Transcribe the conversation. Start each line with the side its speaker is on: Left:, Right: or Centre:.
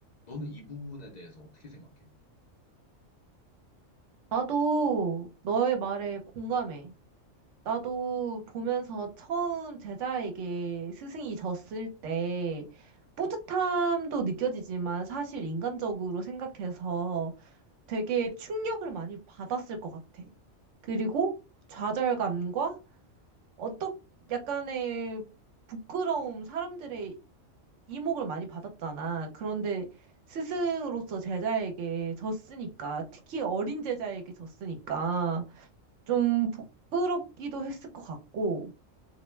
Left: 너는 이 부분에 대해서 어떻게 생각해?
Right: 나도 너의 말에 공감해. 나도 보면서 처음 제자에게 스승이 졌을 때 뿌듯함도 느껴지지만 사실 인간적으로 생각해서 되게 충격을 많이 받았을 것 같아. 그리고 좌절감과 어떤 약간의 부끄러움, 사람들의 이목을 많이 받았잖아. 그런데 스승으로서 제자에게 졌으니까, 특히 어린 제자에게 졌으니까 좀 부끄럽기도 했을 것 같고,